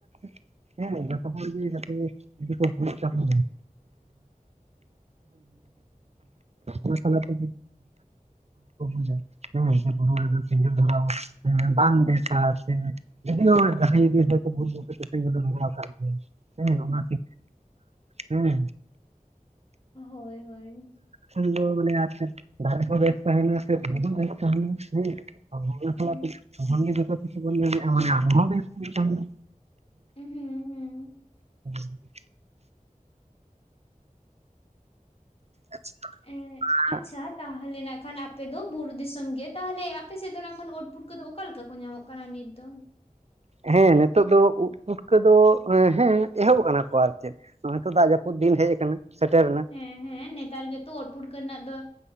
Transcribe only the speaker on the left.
ᱦᱚᱭ-ᱦᱚᱭ
ᱦᱩᱸ,
ᱦᱩᱸ, ᱦᱩᱸ,
ᱮᱸᱜ ᱟᱪᱪᱷᱟ
ᱛᱟᱦᱚᱞᱮ ᱱᱟᱜ ᱠᱷᱟᱱ ᱟᱯᱮ ᱫᱚ ᱵᱩᱨᱩ ᱫᱤᱥᱚᱢ ᱜᱮ ᱛᱟᱦᱚᱞᱮ ᱟᱯᱮᱥᱮᱫ ᱫᱚ ᱱᱟᱜ ᱠᱷᱟᱱ ᱩᱫ ᱯᱩᱴᱠᱟᱹ ᱫᱚ ᱚᱠᱟ ᱞᱮᱠᱟ ᱠᱚ ᱧᱟᱢᱚᱜ ᱠᱟᱱᱟ ᱱᱤᱛ ᱫᱚ?
ᱦᱮᱸ ᱦᱮᱸ ᱱᱮᱛᱟᱨ ᱜᱮᱛᱚ ᱩᱫ ᱯᱩᱴᱠᱟᱹ ᱨᱮᱱᱟᱜ ᱫᱚ